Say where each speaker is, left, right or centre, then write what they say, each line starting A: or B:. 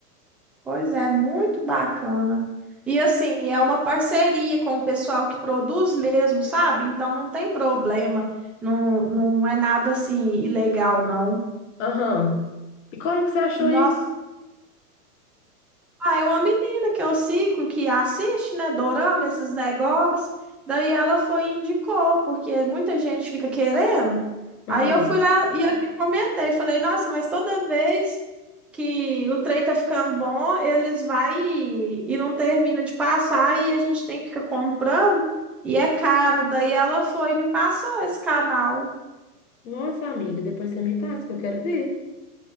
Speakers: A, in the centre; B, on the left.
A: Pois é, muito bacana. E assim, é uma parceria com o pessoal que produz mesmo, sabe? Então não tem problema, não, não é nada assim ilegal, não.
B: Aham. E como que você achou
A: Nossa.
B: isso?
A: Ah, é uma menina que eu sigo, que assiste, né, dorama, esses negócios. Daí ela foi e indicou, porque muita gente fica querendo.
B: Aham.
A: Aí eu fui lá e, e comentei, falei, nossa, mas toda vez que o trem tá ficando bom, eles vai e, e não termina de passar e a gente tem que ficar comprando e é caro. Daí ela foi e me passou esse canal.
B: Nossa, amiga, depois você me passa que eu quero ver.